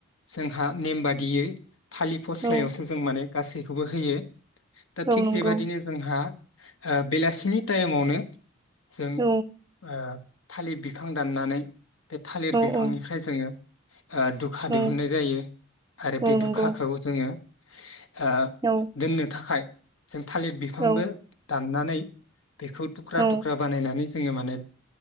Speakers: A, on the left; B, on the right.
A: जोंहा नेम बादियै थालि फस्लायावसो
B: औ
A: जों माने गासैखौबो होयो । दा
B: औ
A: थिग
B: नंगौ
A: बेबादिनो जोंहा हो बेलासिनि टाइमावनो जों
B: औ
A: ओ थालिर बिफां दाननानै बे था
B: औ
A: बिफांनिफ्राय
B: औ
A: जोङो हो दुखा
B: औ
A: दिहुननाय जायो आरो
B: औ
A: बे
B: नंगौ
A: दुखाखौ जोङो हो
B: औ
A: दोननो थाखाय जों थालिर बिफांबो
B: औ
A: दाननानै <inaudible> बेखौ थुख्रा
B: औ
A: थुख्रा बानायनानै ज जोङो माने